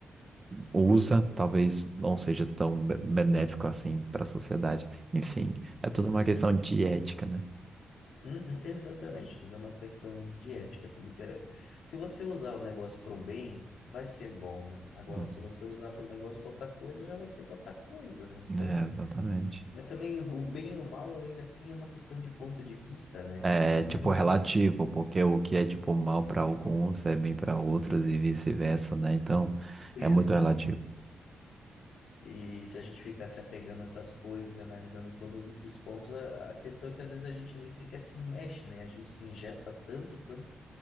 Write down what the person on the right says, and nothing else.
usa, talvez não seja tão be- benéfico assim para a sociedade. Enfim, é tudo
uma questão de ética, né?
Hum.
É, exatamente.
É
tipo
relativo, porque o que é tipo mal para alguns é bem para outros e vice-versa, né? Então,
é muito
relativo.